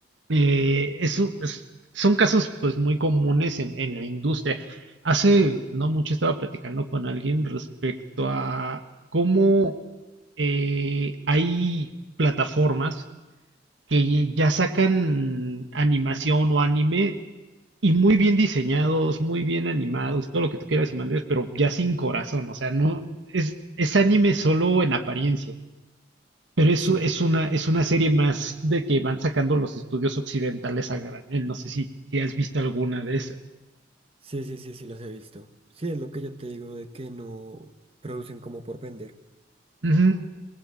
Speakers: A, on the right (about 75°); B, on the right (about 30°).
A: Eh, es un- es- son casos pues muy comunes en, en la industria. Hace no mucho estaba platicando con alguien respecto a cómo eh, hay plataformas que ya sacan animación o anime y muy bien diseñados, muy bien animados, todo lo que tú quieras y mandes, pero ya sin corazón, o sea, no es, es anime solo en apariencia, pero es,
B: Sí,
A: u- es una, es una serie más de que van sacando los estudios occidentales a granel, no sé si, si has visto alguna de esas.
B: sí, sí, sí, sí, los he visto. Sí, es lo que yo te digo de que no producen como por vender.
A: Ujú.